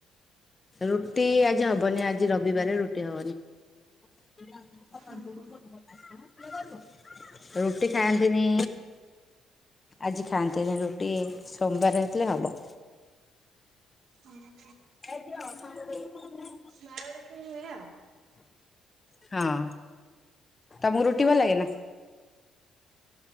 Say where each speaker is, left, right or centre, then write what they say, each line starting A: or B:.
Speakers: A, on the left; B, on the right.
A: ରୁଟି ଆଜି ହବନି ଆଜି ରବିବାର ରୁଟି ହବନି। କାହିଁକି ନା
B: ହୁଁ
A: ତାଙ୍କୁ
B: ହୁଁ
A: କୁହ ତାଙ୍କ ପାଇଁ କିଏ ରହିବ? ରୁଟି ଖାଆନ୍ତିନି, ଆଜି ଖାଆନ୍ତିନି ରୁ ଗୋଟିଏ ସୋମବାର ହେଇଥିଲେ ହବ।
B: ହଁ
A: ଏ ଝିଅ ସଞ୍ଜ ଦେଇଛୁ କି ନାଇ।
B: ମାର। ଏ ଝିଅ।
A: ହଁ। ତମକୁ ରୁଟି ଭଲ ଲାଗେ ନା